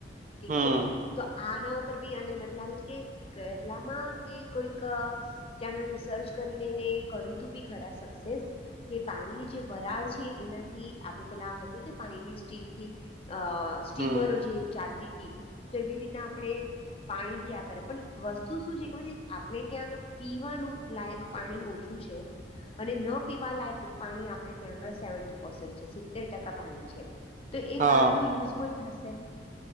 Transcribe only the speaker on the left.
ઠીક
છે તો આના ઉપર ભી અને મને લાગે છે કે કેરલામાં જે કોઈક ત્યાં રિસર્ચ કરીને એને કર્યું તું ભી ખરા સકસેસ કે પાણીની જે વરાળ છે એનાથી આપણે પેલા હતું તે પાણીની સ્ટીમથી અ સ્ટીમરો
જે ચાલતી હતી તો એવી રીતના આપણે પાણી થી આ કરે પણ વસ્તુ શું છે કે પછી આપણે ત્યાં આંગ પીવાનું લાયક પાણી ઓછું છે. અને ન પીવા લાયક પાણી આપણે ત્યાં સેવન્ટિન પસન્ટ છે સિત્તેર ટકા પાણી છે. તો એ
પાણીનો યુઝ પણ થશે